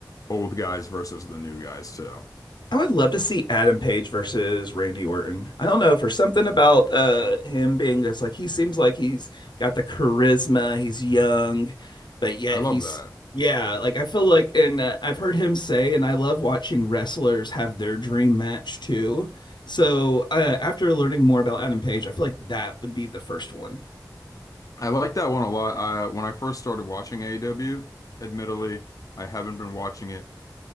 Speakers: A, on the left (about 50°); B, on the left (about 85°).
A: old guys versus the new guys too.
B: I would love to see Adam Page versus Randy Orton. I don't know, for something about uh him being just like he seems like he's got the charisma, he's young, but yet
A: I love
B: he's
A: that.
B: yeah, like I feel like and uh, I've heard him say and I love watching wrestlers have their dream match too. So, uh, after learning more about Adam Page, I feel like that would be the first one.
A: I like that one a lot. Uh, when I first started watching AEW, admittedly, I haven't been watching it